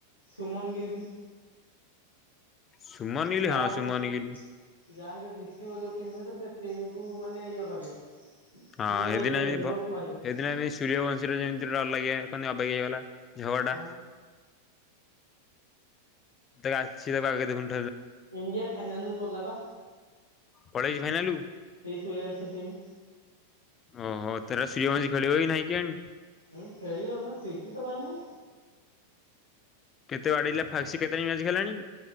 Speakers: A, on the right; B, on the left.
A: ସୁମନ ଗିଲ୍ପି।
B: ସୁମନ ଗିଲ୍
A: ଯାହାତୁ
B: ହଁ ସୁମନ ଗିଲ୍
A: ଯାହା ହତୁ ଜିତିବ ଯୋଉ ଟିମ୍ ସହିତ ସେ ଟିମ୍ କୋଉ ମାନେ ଇଏ କରିବ।
B: ହଁ
A: ମାନେ
B: ଏଇଦିନ
A: ଇଏ କରିବ
B: ଏଇଦିନ
A: ରୋଷ୍ଟ ମାରିବ।
B: ଆମ ସୂର୍ଯ୍ୟବଂଶୀର ଯେମିତି <unintelligible> ଅବାଗିଆ ହେଇଗଲା। ଝଗଡ଼ା।
A: ହଁ
B: ତାେ ଆସିବା <unintelligible>
A: ଇଡିଆ ଫାଇନାଲରୁ ପଳେଇଲା ବା।
B: ପଳେଇଛି ଫାଇନାଲକୁ।
A: ସେଇ ସେୟା ଅଛି ଟିମ୍।
B: ଓହୋ ତ ସୂର୍ଯ୍ୟବଂଶୀ ଖେଳିବ କି ନାହିଁ କେଜାଣି।
A: ହଁ ଖେଳିିବ ମ ପିଟି ତ ପାରୁନି।
B: କେତେ ବାଡେଇଲା ଫାଷ୍ଟ କେତେଟା ମ୍ୟାଚ ଖେଳିଲାଣି।